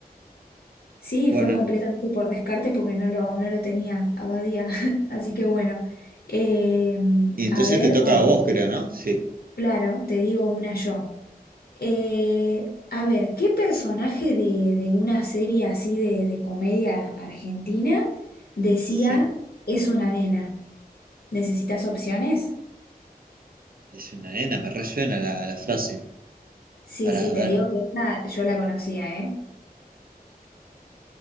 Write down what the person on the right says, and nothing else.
Bueno.
Y entonces
te toca
a vos, creo, ¿no? Sí,
sí.
Es una nena, me resuena la, la frase.
Para
ver.